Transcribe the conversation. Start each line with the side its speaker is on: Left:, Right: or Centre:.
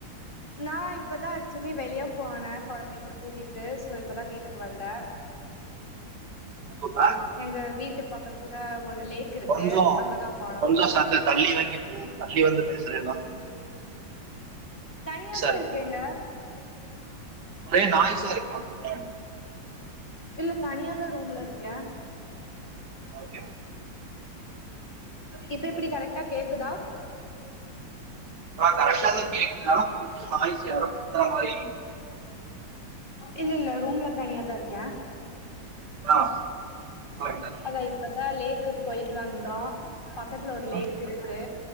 Left: நா இப்போ தா ஆக்சுவலி வெளிய போனே கொழந்தைங்கள கூட்டிட்டு ஸோ இப்போ த வீட்டுக்கு வந்தே
Right: போ த
Left: எங்க வீட்டு பக்கத்துல ஒரு லேக் இருக்கு
Right: கொஞ்சோ
Left: அங்கதா போனோ
Right: கொஞ்சோ சத்து தள்ளி வங்கி தள்ளி வந்து பேசுறேலா
Left: தனியாதா
Right: இருக்கு
Left: இருக்கேங்க
Right: ஒரே நாய்சா இருக்கு மேம் பின்னாடி
Left: இல்ல தனியாதா ரூம்ல இருக்கே
Right: ஓகே
Left: இப்ப எப்டி கரெக்டா கேக்குதா
Right: ம் கரெக்டாத கேக்கு ஆனா கொஞ்சோ வாய்சு யரோ கத்துற மாரி
Left: இல்ல இல்ல ரூம்ல தனியா தா இருக்கே
Right: ஆ கிலைடன் <unintelligible>
Left: அதா இப்பதா லேக்குக்கு போயிட்டு வந்தோ பக்கத்ல ஒரு
Right: ஆ,
Left: லேக்
Right: ஆ.
Left: இருக்கு